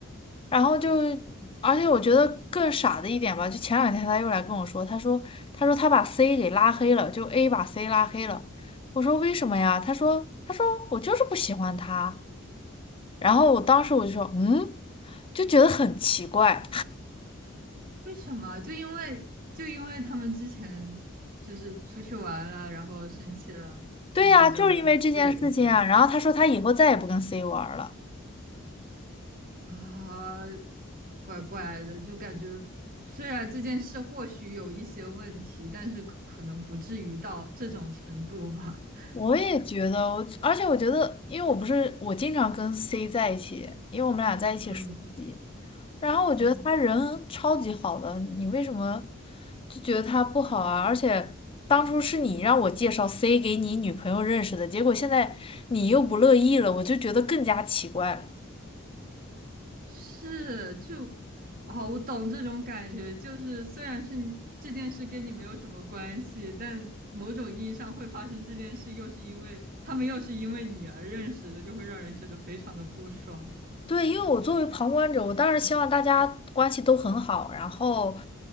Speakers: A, on the left; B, on the right.
A: 然后就，而且我觉得更傻的一点吧，就前两天他又来跟我说，他说他说他把 C 给拉黑了，就 A 把 C 拉黑了，我说为什么呀？他说他说我就是不喜欢他。然后我当时我就说，嗯，就觉得很奇怪。
B: 为什么？就因为就因为他们之前就是出去玩了，然后生气了，
A: 对呀，
B: 就就就就不联系了。
A: 就是因为这件事情啊。然后他说他以后再也不跟 C 玩儿了。
B: 啊，怪怪的，就感觉虽然这件事或许有一些问题，但是可能不至于到这种程度吧。<laughs>
A: 我也觉得，我而且我觉得，因为我不是我经常跟 C 在一起，因为我们俩在一起实习。
B: 嗯
A: 然后我觉得他人超级好的，
B: 嗯
A: 你为什么就觉得他不好啊？而且当初是你让我介绍 C 给你女朋友认识的，结果现在你又不乐意了，我就觉得更加奇怪了。
B: 是，就，啊，我懂这种感觉，就是虽然是你这件事跟你没有什么关系，但某种意义上会发生这件事，又是因为他们又是因为你而认识的，就会让人觉得非常的不爽。
A: 对，因为我作为旁观者，我当然希望大家关系都很好，然后